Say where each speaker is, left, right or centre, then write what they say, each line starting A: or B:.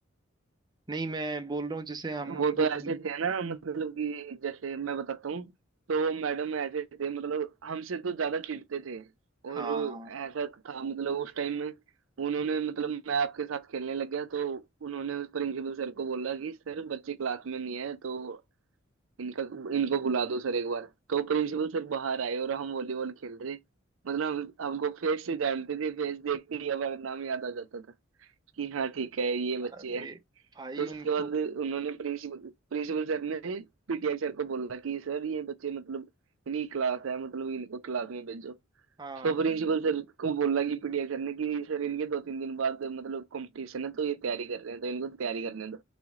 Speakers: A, on the right; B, on the right.
A: नहीं मैं बोल रहा हूँ जैसे हम
B: वो
A: उनको
B: तो ऐसे
A: बोल
B: थे ना मतलब कि जैसे मैं बताता हूँ तो मैडम ऐसे थे मतलब हमसे तो ज्यादा चिढ़ते थे और
A: हाँ
B: ऐसा था मतलब उस टाइम में उन्होंने मतलब मैं आपके साथ खेलने लग गया तो उन्होंने उस प्रिंसिपल सर को बोला कि सर बच्चे क्लास में नहीं है तो इनका इनको बुला दो सर एक बार तो प्रिंसिपल सर बाहर आए और हम वॉलीबॉल खेल रहे मतलब हम हमको फेस से जानते थे फेस देखते ही हमारा नाम याद आ जाता था कि हाँ ठीक है ये बच्चे
A: अरे
B: हैं
A: भाई
B: तो उसके
A: उनको
B: बाद उन्होंने प्रिंसिपल प्रिंसिपल सर ने पीटीआई सर को बोला कि सर ये बच्चे मतलब इनकी क्लास है मतलब इनको क्लास में भेजो
A: हाँ
B: तो प्रिंसिपल सर को बोला कि पीटीआई सर ने कि सर इनके दो तीन दिन बाद मतलब कंपटीशन है तो ये तैयारी कर रहे हैं तो इनको तैयारी करने दो